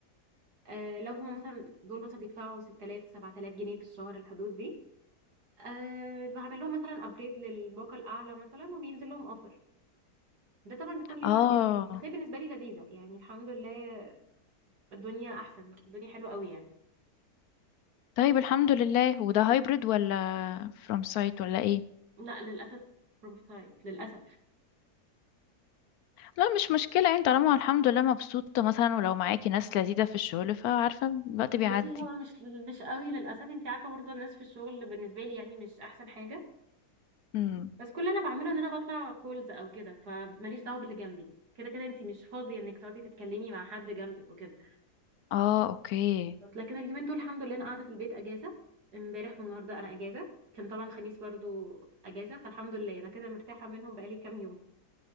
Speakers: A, on the right; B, on the left.
A: آه لو هما مثلا دول مثلا بيدفعوا 6000 7000 جنيه في الشهر الحدود دي آه بعمل لهم مثلا ابجريد للباقه الاعلى مثلا وبينزل لهم اوفر ده طبعا بيكون لي
B: اه
A: تارجت في اليوم بس هي بالنسبه لي لذيذه يعني الحمد لله الدنيا احسن الدنيا حلوه قوي يعني
B: طيب الحمد لله وده هايبرد ولا فروم سايت ولا ايه
A: لا للاسف فروم سايد للاسف
B: لا مش مشكلة يعني طالما الحمد لله مبسوطة مثلا ولو معاكي ناس لذيذة في الشغل فعارفة الوقت بيعدي
A: بصي هو مش مش قوي للاسف انت عارفه برضه الناس في الشغل بالنسبه لي يعني مش احسن حاجه
B: امم
A: بس كل اللي انا بعمله ان انا بطلع كولز او كده فماليش دعوه باللي جنبي كده كده انتي مش فاضيه انك تقعدي تتكلمي مع حد جنبك وكده
B: اه اوكي
A: بالظبط. لكن اليومين دول الحمد لله انا قاعده في البيت اجازه امبارح والنهارده انا اجازه كان طبعا الخميس برضو اجازه فالحمد لله انا كده مرتاحه منهم بقالي كام يوم